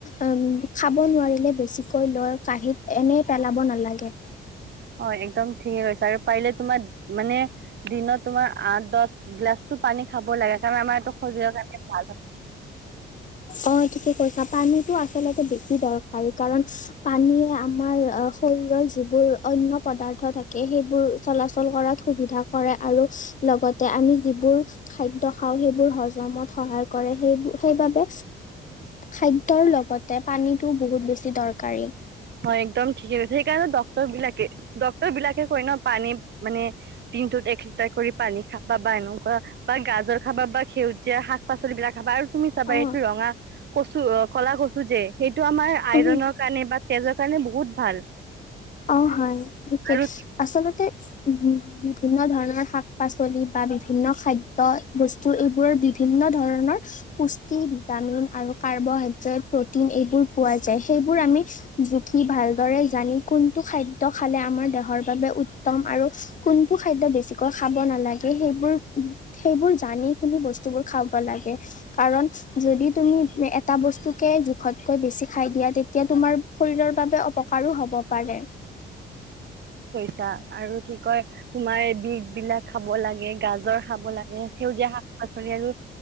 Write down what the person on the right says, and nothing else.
হয় একদম ঠিকে কৈছা আৰু পাৰিলে তোমাৰ মানে দিনত তোমাৰ আঠ দহ গিলাছটো পানী খাব লাগে কাৰণ আমাৰ এইটো শৰীৰৰ কাৰণে ভাল হয়।
হয় একদম ঠিকে কৈছে সেইকাৰণে ডক্তৰ বিলাকে ডক্তৰ বিলাকে কৈ ন পানী মানে দিনটোত এক লিটাৰ কৰি পানী খা বা বা এনেকুৱা বা গাজৰ খাবা বা সেউজীয়া শাক পাচলি বিলাক খাবা আৰু তুমি চাবা
এইটো ৰঙা কচু অ ক'লা কচু যে সেইটো আমাৰ আইৰনৰ
কাৰণে বা তেজৰ কাৰণে বহুত ভাল।
আৰু
বা আৰু কি কয় তোমাৰ এ বিত বিলাক খাব লাগে গাজৰ খাব লাগে সেউজীয়া শাক পাচলি আৰু